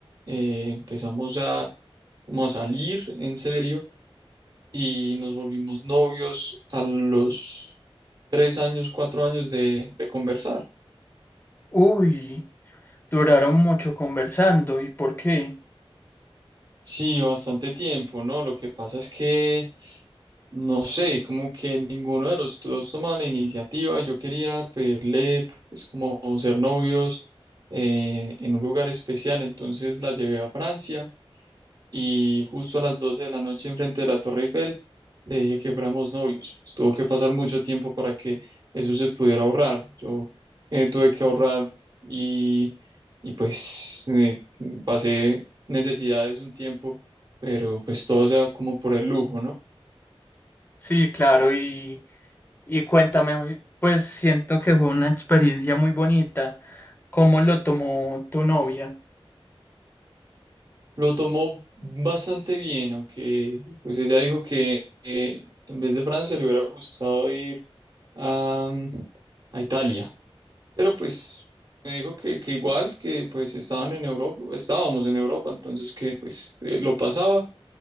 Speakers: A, on the right (about 40°); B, on the left (about 20°).
A: eh, empezamos a, como a salir en serio y nos volvimos novios a los tres años, cuatro años de, de conversar.
B: Uy, duraron mucho conversando, ¿y por qué?
A: Sí, bastante tiempo, ¿no? Lo que pasa es que, no sé, como que ninguno de los dos toma la iniciativa. Yo quería pedirle, pues, como ser novios eh, en un lugar especial, entonces la llevé a Francia. y justo a las 12 de la noche enfrente de la Torre Eiffel le dije que fuéramos novios. Pues tuvo que pasar mucho tiempo para que eso se pudiera ahorrar. Yo eh, tuve que ahorrar y, y pues eh, pasé necesidades un tiempo, pero pues todo sea como por el lujo, ¿no?
B: Sí, claro, y, y cuéntame, pues siento que fue una experiencia muy bonita. ¿Cómo lo tomó tu novia?
A: Lo tomó bastante bien, aunque pues ella dijo que eh, en vez de Francia le hubiera gustado ir a, a Italia. Pero pues me dijo que, que igual, que pues estaban en Europa, estábamos en Europa, entonces que pues eh, lo pasaba,